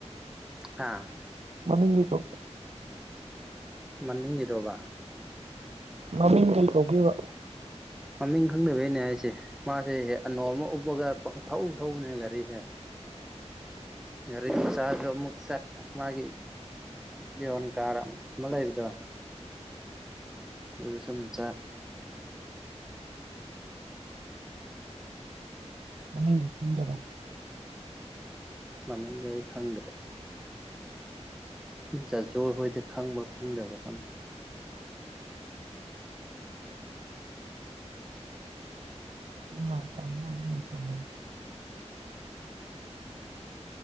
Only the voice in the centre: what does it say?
ꯍꯥꯥ
ꯃꯅꯤꯡꯈꯤꯗꯧꯕ
ꯃꯃꯤꯡ ꯈꯪꯗꯕꯩꯅꯦ ꯍꯥꯏꯁꯦ ꯃꯥꯁꯦ ꯑꯅꯣ ꯑꯃ ꯎꯞꯄꯒ ꯊꯧ ꯊꯧꯕꯅꯦ ꯒꯥꯔꯤꯁꯦ ꯒꯥꯔꯤ ꯃꯆꯥꯗꯨ ꯑꯃꯨꯛ ꯆꯠ ꯃꯥꯒꯤ ꯏꯌꯣꯟ ꯀꯥꯔ ꯑꯃ ꯂꯩꯕꯗꯣ ꯑꯗꯨꯗ ꯁꯨꯝ ꯆꯥꯛ
ꯃꯃꯦꯟꯖ ꯑꯩ ꯈꯪꯗ꯭ꯔꯦ ꯆꯥ ꯖꯣꯏ ꯍꯣꯏꯗꯤ ꯈꯪꯕ꯭ꯔꯥ ꯈꯪꯗꯕ꯭ꯔꯥ ꯈꯪꯗꯦ